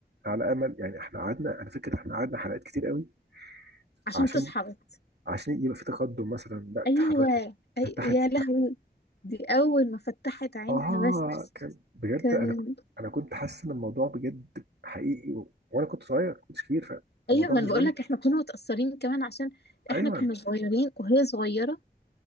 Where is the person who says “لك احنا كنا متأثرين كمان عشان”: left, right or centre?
Left